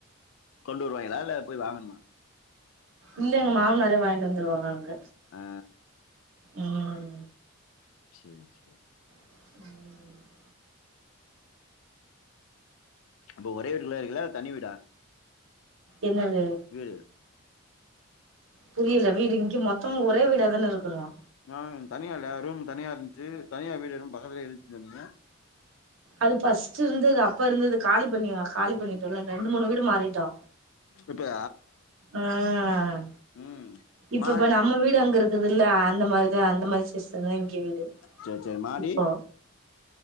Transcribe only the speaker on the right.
இல்ல எங்க மாமனார் தான் வாங்கிட்டு வந்துருவாங்க அங்க
உம்
உம்
என்னது
புரியல வீடு இங்கி மொத்தமா ஒரே வீடாதான இருக்குறோ
அது ஃபஸ்ட் இருந்தது அப்ப இருந்தது காலி பண்ணிரா காலி பண்ணி சொல்லன் ரெண்டு மூணு வீடு மாறிட்டோ
ஆஹ்
இப்பப்ப
நம்ம வீடு அங்க இருக்குதுல்ல அந்த மாதிரி அந்த மாரி சிஸ்டந்தா இங்க வீடு
இப்பொ